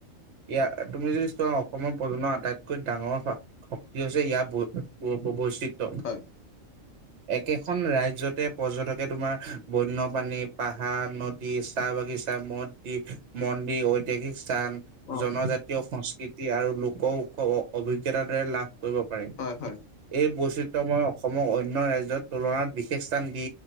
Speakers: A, on the right (about 60°); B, on the left (about 80°).
A: ইয়াৰ তুমি যদি চোৱা অসমৰ প্ৰজন্ম আটাইতকৈ ডাঙৰ শ শক্তি হৈছে ইয়াৰ বৈ বৈ বৈচিত্ৰ
B: হয়
A: একেখন ৰাজ্যতে পৰ্যটকে তোমাৰ বন্যপ্ৰাণী, পাহাৰ, নদ দি, চাহ বাগিচা, মদদি, মন্দিৰ ঐতিহাসিক স্থান
B: অ
A: জনজাতীয় সংস্কৃতি আৰু লোক উৎস অভিজ্ঞতাৰ দৰে লাভ কৰিব পাৰে
B: হয় হয়
A: এই বৈচিত্ৰ্য মই অসমক অন্য ৰাজ্যত তুলনাত বিশেষ স্থান দি